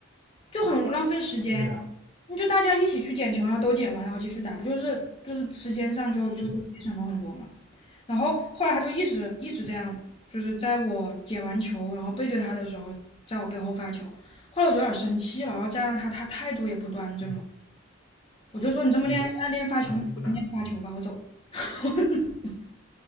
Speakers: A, on the left (about 30°); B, on the left (about 75°).
A: 就很浪费时间呀
B: 对啊，
A: 你就大家一起去捡球，然后都捡完，然后继续打，不就是就是时间上就就就节省了很多嘛。
B: 是的，
A: 然后后来他就一直一直这样，就是在我捡完球，然后背对他的时候，在我背后发球。后来我就有点生气了，然后加上他他态度也不端正嘛，
B: 嗯
A: 我就说你这么练爱练发球，
B: 嗯，然后就不打了。
A: 你练发球吧，我走了。<laughs>